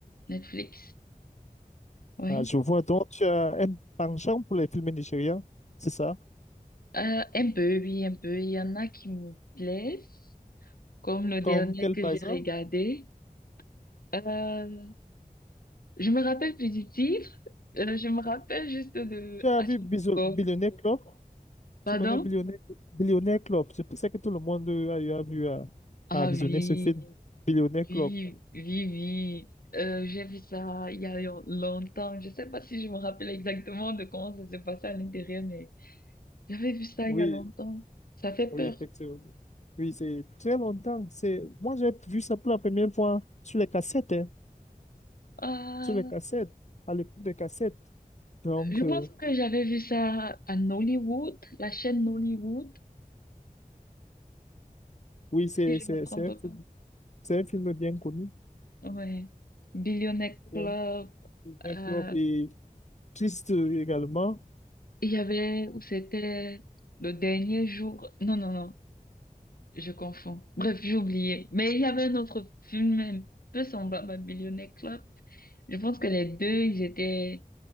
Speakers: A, on the left; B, on the left.
A: Netflix. Oui.
B: Ah, je vois donc tu as un penchant pour les films nigériens, c'est ça?
A: Euh, un peu, oui, un peu. Il y en a qui me plaisent, comme le dernier
B: Comme quel
A: que
B: par
A: j'ai
B: exemple?
A: regardé. Euh, je me rappelle plus du titre. Euh, je me rappelle juste de...
B: Tu as
A: Ah,
B: vu Biso-
A: bon,
B: Billionaire Club?
A: pardon?
B: Tu connais Billionaire, Billionaire Club? Je pensais que tout le monde a, eu a vu à,
A: Ah
B: à visionner
A: oui,
B: ce film, Billionaire
A: oui,
B: Club.
A: oui, oui. Euh, j'ai vu ça il y a long- longtemps. Je sais pas si je me rappelle exactement de comment ça s'est passé à l'intérieur, mais j'avais vu ça
B: Oui,
A: il y a longtemps. Ça fait
B: Oui,
A: peur.
B: effectivement. Oui, c'est très longtemps. C'est... Moi, j'ai vu ça pour la première fois sur les cassettes, hein,
A: Ah,
B: sur les cassettes, à l'époque des cassettes. Donc,
A: je pense
B: euh,
A: que j'avais vu ça à Nollywood, la chaîne Nollywood.
B: oui, c'est
A: si je
B: c'est-
A: me trompe
B: c'est un film,
A: pas.
B: c'est un film bien connu,
A: Ouais. Billionaire Club.
B: bien, bien
A: euh,
B: flop et triste euh, également.
A: il y avait où c'était le dernier jour. Non, non, non, je confonds. Bref, j'ai oublié. Mais il y avait un autre film un peu semblable à Billionaire Club. Je pense que les deux, ils étaient